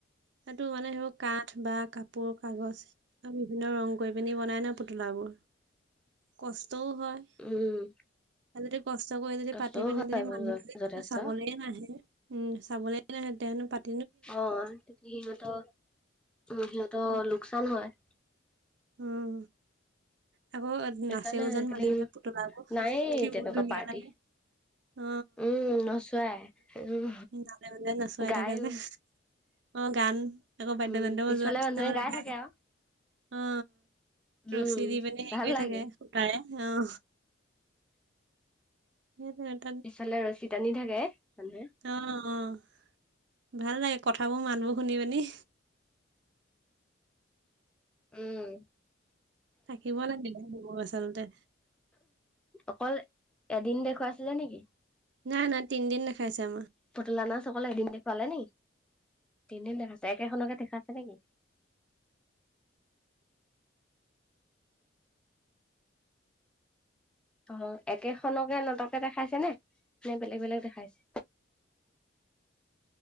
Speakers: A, on the right; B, in the centre.
A: সেইটো মানে সেই কাঠ বা কাপোৰ, কাগজ আৰু বিভিন্ন ৰং কৰি পিনি বনাই ন পুতলাবোৰ। কষ্টও হয়।
B: উম
A: আৰু যদি কষ্ট কৰি যদি
B: কষ্টও
A: পাতি পিনি
B: হয়
A: যদি মানুহ যদি
B: যথেষ্ট
A: চাবলেই নাহে উম! চাবলেই নাহে তেতিয়াহলেনো পাত
B: অঁ! সিহঁতৰ অঁ সিহঁতৰ
A: উম
B: লোকচান হয়।
A: উম আক।
B: সেইকাৰণে
A: নাচেও
B: আজিকালি
A: যেন মাজে মাজে পুতলাবোৰ
B: নায়েই
A: কি
B: তেনেকুৱা
A: মোৰ ধুনীয়া
B: পাৰ্টি
A: লাগে। অ
B: উম নচোৱাই উম
A: নে মে নচোৱাই
B: গায়ো
A: থাকে যে। অ গান আকৌ বাদ্যযন্ত্ৰ
B: উম পিছফালে
A: নিচিনা
B: মানুহে
A: লাগে।
B: গাই থাকে আৰু
A: অ ৰছী
B: উম
A: দি পি হেৰি
B: ভাল
A: কৰি
B: লাগে
A: থাকে সূতাৰে অ। সেইটো।
B: পিছফালে ৰছী টানি থাকে মানুহে।
A: অ' অ' ভাল লাগে কথাবোৰ মাতবোৰ শুনি শুনি।
B: উম।
A: থাকিব লাগিলে এইবোৰ আচলতে।
B: অকল এদিন দেখুৱাইছিলে নেকি?
A: নাই নাই তিন দিন নাখাইছো আমাৰ।
B: পুতলা নাচ অকল এদিন দেখুৱালে নি তিনদিন দেখাইছে একেখনকে দেখাইছে নেকি? অ একেখনকে নাটকে দেখাইছে নে নে বেলেগ বেলেগ দেখাইছে।